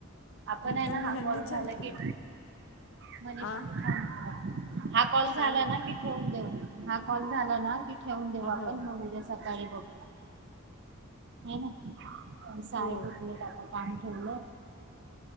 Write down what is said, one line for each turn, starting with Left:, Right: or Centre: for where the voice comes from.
Right: आपण
Left: हं,
Right: आहे
Left: त्यांनी
Right: ना हा
Left: ह्यांनी
Right: कॉल झाला
Left: छान केलं
Right: की मनीषांनी
Left: हा
Right: छान हा कॉल झाला
Left: काय म्हण
Right: ना की ठेवून देऊ हा कॉल झाला ना कि ठेवून देऊ
Left: हो
Right: आपण मग उद्या सकाळी बघु हा ना साहेब
Left: हो
Right: उठलेत आता पाणी ठेवलं